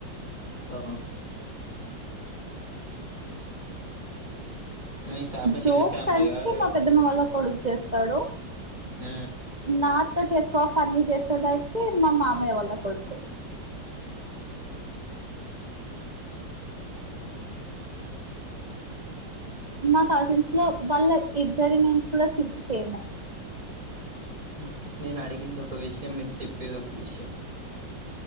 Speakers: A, on the right (about 45°); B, on the right (about 20°).
A: ఆ మీ ఫ్యామిలీ
B: జోక్స్
A: చిల్ ఫ్యామిలీయా
B: అంటే
A: లేవా
B: మా పెద్ద మా వాళ్ళ కొడుకు చేస్తాడు
A: ఆ
B: నాతోటి ఎక్కువ ఫన్నీ చేసేదైయితే మా మామయ్య వాళ్ళ కొడుకు <inaudible> మా కజిన్స్ లో వాళ్ళ ఇద్దరి నేమ్స్ కూడా సి సేమ్
A: ఓకే నేను అడిగింది ఒక విషయం మీరు చెప్పేది ఒక విషయం